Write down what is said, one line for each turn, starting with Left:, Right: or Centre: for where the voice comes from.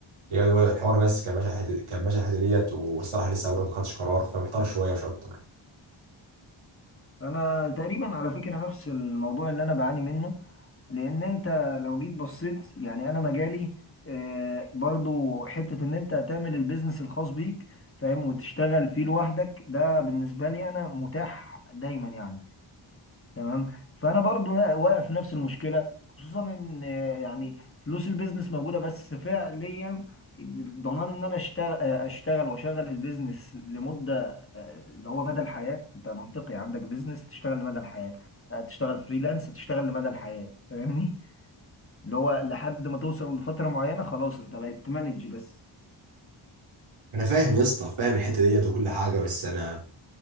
Right: هي هو الحوار بس كان ماشي على الحته كان ماشي على الحته ديت والصراحه لسه برضه ما خدتش قرار فمحتار شويه مش اكتر
Left: انا تقريبا على فكرة نفس الموضوع اللي انا بعاني منه لان انت لو جيت بصيت يعني انا مجالي آه، برضو حتة ان انت تعمل البيزنس الخاص بيك فاهم وتشتغل فيه لوحدك ده بالنسبة لي انا متاح دايما يعني تمام فانا برضو واقع في نفس المشكلة خصوصا ان آه، يعني فلوس البيزنس موجودة بس فعليا ضمان ان انا اشتغل اشتغل واشغل البيزنس لمدة اللي هو مدى الحياة انت منطقي عندك بيزنس تشتغل لمدى الحياة آه، تشتغل فريلانس تشتغل لمدى الحياة فاهمني <laughs> اللي هو لحد ما توصل لفترة معينة خلاص انت بقيت تمانج بس
Right: انا فاهم يا اسطى فاهم الحته ديت وكل حاجه بس انا